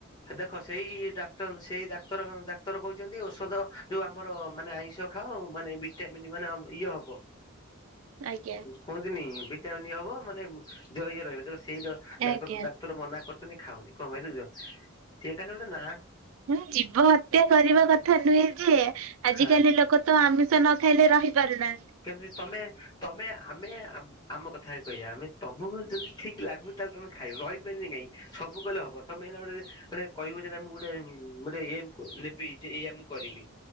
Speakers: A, on the left; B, on the right.
A: ଦେଖ ସେଇ ଡାକ୍ତର ସେଇ ଡାକ୍ତର ଡାକ୍ତର କହୁଚନ୍ତି ଔଷଧ ଯୋଉ ଆମର ମାନେ ଆଇଁଷ ଖାଉ ମାନେ ଭିଟାମିନ୍ ଅ ମାନେ ଇଏ ହବ।
B: ଆଜ୍ଞା।
A: କୁହନ୍ତିନି ଭିଟାମିନ ହବ ମାନେ ଦେହ ଇଏ ରହିବ ତ ସେଇ ଡ କ୍ତର
B: ଆଜ୍ଞା
A: ଡାକ୍ତର ମନା କରିୁଛନ୍ତି ଖାଅନି କଣ ପାଇଁ ଦେଖୁଛ ସିଏ ଖାଲି ଗୋଟେ ନା
B: ହଁ ଜୀବ ହତ୍ୟା କରିବା କଥା ନୁହେଁ ଯେ ଆଜିକାଲି
A: ହଁ
B: ଲୋକ ତ ତ ଆମିଷ ନ ଖାଇଲେ ରହିପାରୁନା
A: କେମିତି ତମେ ତମେ ଆମେ ଆ ଆମ କ ଥା କହିବା ଆମେ ତମକୁ ଯଦି ଠିକ ଲାଗୁ ତାହେଲେ ତମେ ଖାଇବ ରହିପାରିବନି କାହିଁ କି ସବୁ କଲେ ହବ ତମେ ହେଲେ ଗୋଟେ ଯେତେଳେ କହିବ ଯେ ମୁଁ ଗୋଟେ ଗୋଟେ ଏମ୍ କୁ ନେବି ଯେ ଏଇଆ ମୁଁ କରିବି